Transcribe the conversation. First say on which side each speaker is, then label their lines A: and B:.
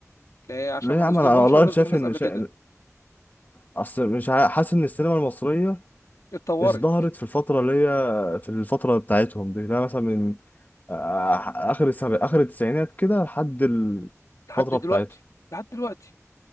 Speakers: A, on the left; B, on the left.
A: لا، عشان
B: ليه يا
A: ما نظلمهمش
B: عم انا والله
A: ولا نظلم
B: شايف
A: الناس
B: ان
A: قبل
B: شا...
A: كده
B: اصل مش عا- حاسس ان السينما المصريه
A: اتطورت
B: ازدهرت في الفتره اللي هي في الفتره بتاعتهم دي لا مثلا من آه، آه، اخر السبع اخر التسعينات كده لحد الفتره
A: لحد دلوقتي
B: بتاعتهم
A: لحد دلوقتي